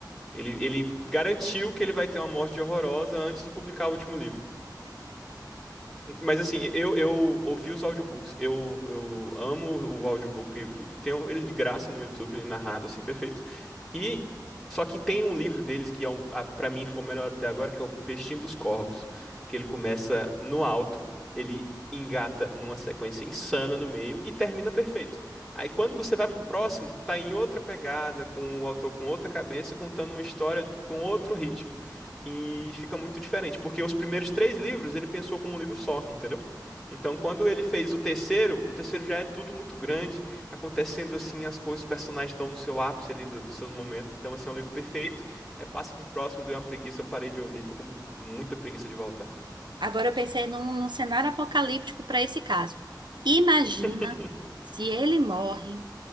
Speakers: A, in the centre; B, on the right.
A: ele, ele garantiu que ele vai ter uma morte horrorosa antes de publicar o último livro. Mas assim, eu, eu ouvi os audiobooks, eu, eu amo o audiobook, e tem um- ele de graça no YouTube, narrado assim, perfeito. E só que tem um livro deles que é um, a, para mim foi o melhor até agora, que é o Festim dos Corvos, que ele começa no alto, ele engata numa sequência insana no meio e termina perfeito. Aí quando você vai pro próximo, tá em outra pegada, com o autor com outra cabeça, contando uma história com outro ritmo. E fica muito diferente, porque os primeiros três livros ele pensou como um livro só, entendeu? Então, quando ele fez o terceiro, o terceiro já é tudo muito grande, acontecendo assim, as coisas, os personagens estão no seu ápice ali do- dos seus momentos. Então, assim, é um livro perfeito. Aí passa pro próximo, deu uma preguiça, eu parei de ouvir, tô com muita preguiça de voltar.
B: Agora eu pensei num, num cenário apocalíptico para esse caso. Imagina
A: <laughs>
B: se ele morre